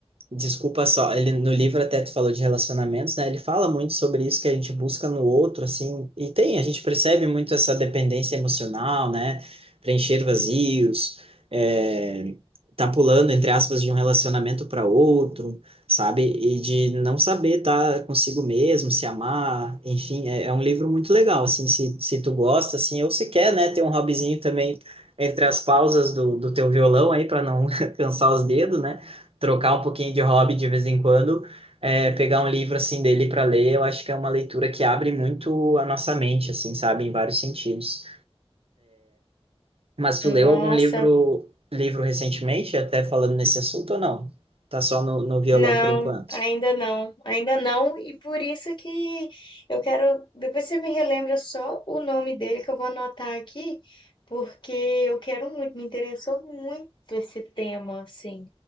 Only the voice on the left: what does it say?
Nossa,
não,
ainda não, ainda não, e por isso que eu quero. Depois você me relembra só o nome dele que eu vou anotar aqui, porque eu quero muito, me interessou muito esse tema, assim,